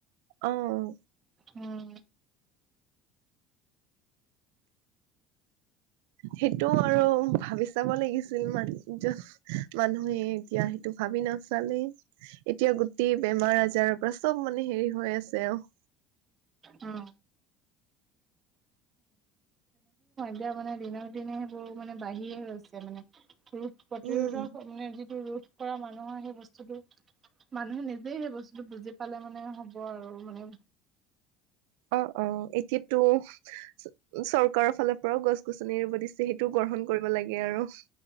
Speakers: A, on the right; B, on the right.
A: অ',
B: উম।
A: সেইটো আৰু ভাবি চাব লাগিছিল। মানুহে জাটচ্ মানুহে এতিয়া সেইটো ভাবি নাচালেই। এতিয়া গোটেই বেমাৰ আজাৰৰ পৰা চব মানে হেৰি হৈ আছে অঁ।
B: অঁ। দিয়া মানে দিনক দিনে সেইবোৰ মানে বাঢ়িয়ে গৈছে মানে। পুৰুষ প্ৰতিৰোধৰ
A: উম।
B: মানে যিটো ৰোধ কৰা মানুহৰ সেই বস্তুটো মানুহে নিজেই সেই বস্তুটো বুজি পালে মানে হ'ব আৰু মানে।
A: অঁ অঁ এতিয়াতো চৰকাৰৰ ফালৰ পৰাও গছ গছনি ৰুব দিছে। সেইটো গ গ্ৰহণ কৰিব লাগে আৰু।